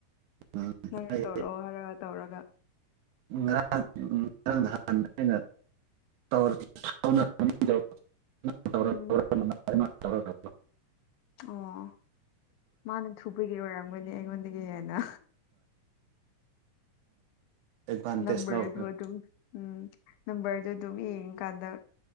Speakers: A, on the right (about 75°); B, on the left (about 75°).
A: ꯎꯝ
B: ꯅꯪ
A: ꯑꯩ
B: ꯇꯧꯔꯛꯑꯣ ꯍꯥꯏꯔꯒ ꯇꯧꯔꯒ
A: ꯉꯔꯥꯡ ꯎ ꯉꯗ ꯍ ꯑꯩꯅ <unintelligible>
B: ꯎꯝ ꯑꯣ ꯃꯥꯅ ꯊꯨꯕꯒꯤ ꯑꯣꯏꯔꯝꯒꯅꯤ ꯑꯩꯉꯣꯟꯗꯒꯤ ꯍꯦꯟꯅ
A: ꯑꯦꯗꯚꯥꯟꯇꯦꯖ
B: ꯅꯝꯕꯔ
A: ꯂꯧꯈ꯭ꯔꯦ
B: ꯑꯗꯨ ꯑꯗꯨꯃ ꯎꯝ ꯅꯝꯕꯔꯗꯨ ꯑꯗꯨꯝ ꯌꯦꯡꯉꯀꯥꯟꯗ